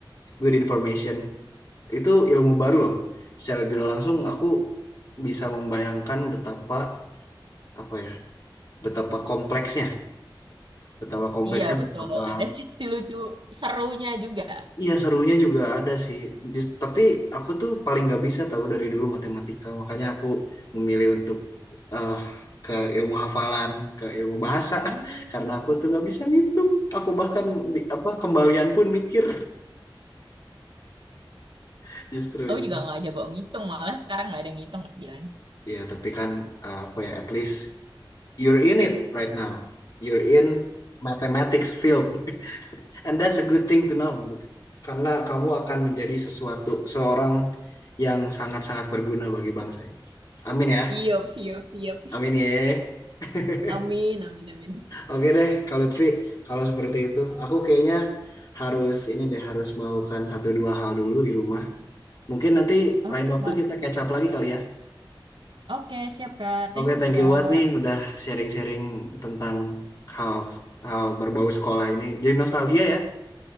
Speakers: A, on the left; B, on the right.
A: good information. Itu ilmu baru loh. Secara tidak langsung aku bisa membayangkan betapa apa ya, betapa kompleksnya, betapa kompleksnya,
B: Iya betul,
A: betapa
B: ada sisi lucu serunya juga.
A: Iya serunya juga ada sih. Just, tapi aku tuh paling nggak bisa tahu dari dulu matematika. Makanya aku memilih untuk eh ke ilmu hafalan, ke ilmu bahasa.
B: Hmm.
A: <laughs> Karena aku tuh nggak bisa ngitung. Aku bahkan bi- apa kembalian pun mikir <laughs> justru itu.
B: Aku juga nggak jago ngitung, malah sekarang nggak ada ngitung, Kak Dilan.
A: Iya tapi kan eh, apa ya? At least you're in it right now. You're in mathematics field. And that's a good thing to know. Karena kamu akan menjadi sesuatu seorang yang sangat-sangat berguna bagi bangsa ini. Amin ya.
B: Siap, siap, siap.
A: Amin ya. <laughs>
B: Amin, amin, amin.
A: Oke deh, kalau Lutfi, kalau seperti itu, aku kayaknya harus ini deh harus melakukan satu dua hal dulu di rumah. Mungkin nanti
B: Oke,
A: lain waktu
B: Kak.
A: kita catch up lagi kali ya.
B: Oke, siap, Kak. Thank
A: Oke,
B: you,
A: thank
B: Kak.
A: you buat nih udah sharing-sharing tentang hal hal berbau sekolah ini. Jadi nostalgia ya.